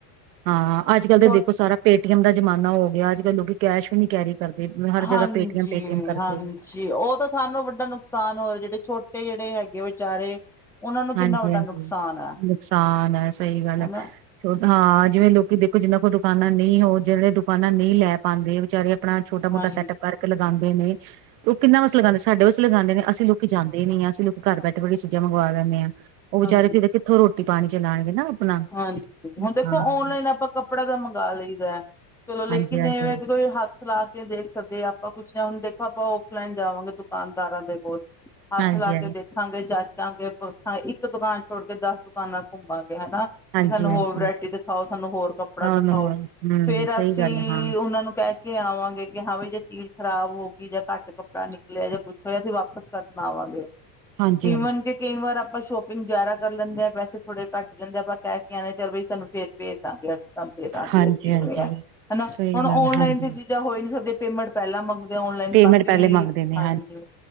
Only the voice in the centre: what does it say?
ਛੋ
ਹਾਂਜੀ-
ਹਾਂਜੀ
ਉਹ ਤਾਂ ਸਾਨੂੰ ਵੱਡਾ ਨੁਕਸਾਨ ਹੋ ਜਿਹੜੇ ਛੋਟੇ ਜੇ ਤੇ ਹੈਗੇ ਵਿਚਾਰੇ ਉਹਨਾਂ ਨੂੰ ਕਿੰਨਾ
ਵੱਡਾ
ਨੁਕਸਾਨ ਹੈ
ਹਨਾ
ਹਾਂਜੀ,
ਹਾਂਜੀ।
ਹਾਂਜੀ। ਹੁਣ ਦੇਖੋ
ਔਨਲਾਈਨ ਆਪਾਂ ਕੱਪੜਾ ਤਾਂ ਮੰਗਾ ਲਈ ਦਾ। ਔ ਚਲੋ ਲੇਕਿਨ
ਇਹ ਵੇਂ ਕਿ ਕੋਈ ਹੱਥ ਲਾ ਕੇ ਦੇਖ ਸਕੇ ਕਿ ਆਪਾਂ ਕੁਛ ਹੁਣ ਦੇਖੋ ਆਪਾਂ ਔਫਲਾਈਨ ਜਾਵਾਂਗੇ ਦੁਕਾਨਦਾਰਾਂ ਦੇ ਕੋਲ ਹੱਥ
ਲਾ ਕੇ ਦੇਖਾਂਗੇ ਜਚ ਚਾਗੇਂ ਪੁਰਖਾ ਇੱਕ ਦੁਕਾਨ ਛੋੜ ਕੇ ਦਸ ਦੁਕਾਨਾਂ ਘੁੰਮਾਂਗੇ ਹੈਨਾ।
ਵੀ ਸਾਨੂੰ
ਹੋਰ ਵੈਰਾਟੀ ਦਖਾਓ, ਸਾਨੂੰ ਹੋਰ ਕੱਪੜਾ
ਦਖਾਓ,
ਫੇਰ
ਅਸੀਂ
ਉਹਨਾਂ ਨੂੰ ਕਹਿ ਕਿ ਆਵਾਂਗੇ ਕਿ ਹਾਂ ਵੀ ਜੇ ਚੀਜ਼ ਖਰਾਬ ਹੋ ਗਈ, ਜਾਂ ਘੱਟ ਕੱਪੜਾ ਨਿਕਲਿਆ, ਜਾਂ ਕੁਛ ਹੋਇਆ ਅਸੀ ਵਾਪਸ ਕਰਨ ਆਵਾਂਗੇ।
ਈਵਨ
ਕਿ ਕਈ ਵਾਰ ਆਪਾਂ ਸ਼ੋਪਿੰਗ ਜ਼ਿਆਦਾ ਕਰ ਲੈਂਦੇ ਆ ਪੈਸੇ ਥੋੜੇ ਘੱਟ ਜਾਂਦੇ ਆ ਪਰ ਕਹਿ ਕੇ ਆਨੇ ਚੱਲ ਬਇ ਤੁਹਾਨੂੰ ਫੇਰ ਭੇਜ ਦਾਂਗੇ ਅਸੀ। ਫਾਂ ਦੀ
ਹੋ ਆ <unintelligible> ਹੈਨਾ
ਹੁਣ ਔਨਲਾਈਨ
ਤੇ ਚੀਜ਼ਾਂ ਹੋ ਹੀ ਨੀ ਸਕਦੀਆਂ ਪੇਮੈਂਟ ਪਹਿਲਾਂ ਮੰਗ ਓਨਲਾਈਨ
ਕਾਫੀ
ਹਾਂਜੀ